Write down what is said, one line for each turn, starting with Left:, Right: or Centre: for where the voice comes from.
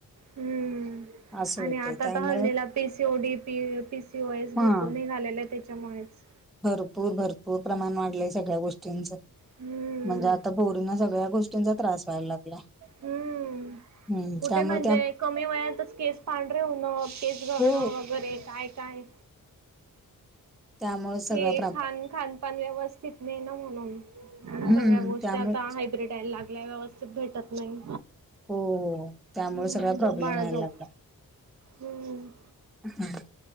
Right: हम्म.
Centre: असं
Right: आणि
Centre: होतंय
Right: आता
Centre: त्यामुळं
Right: त हल्लीला पी सी ओ डी. प पी सी ओ एस
Centre: हा.
Right: भरपूर निघालेलेते. त्याच्यामुळेच.
Centre: भरपूर भरपूर प्रमाण वाढलंय सगळ्या गोष्टी ष्टींच.
Right: हम्म.
Centre: म्हणजे आता पोरी सगळ्या गोष्टींचा त्रास व्हायला लागला.
Right: हम्म.
Centre: <inaudible>
Right: कुठे
Centre: त्यामुळे
Right: म्हणजे
Centre: त्या
Right: कमी वयातच केस पांढरे होणं. केस गळणं
Centre: हो
Right: वगैरे काय काय.
Centre: त्यामुळे सगळा
Right: हे
Centre: प्रॉब्लेम
Right: खान खान पण व्यवस्थित नाही ना म्हणून.
Centre: हम्म
Right: सगळ्या गोष्टी
Centre: त्यामुळे
Right: आता हायब्र्रीड यायला लागल्या. व्यवस्थित भेटत नाही.
Centre: हो हो त्यामुळे
Right: हम्म
Centre: सगळा
Right: झोप
Centre: प्रॉब्लेम
Right: बाळ
Centre: व्हायला
Right: झोप.
Centre: लागला.
Right: हम्म.
Centre: हम्म.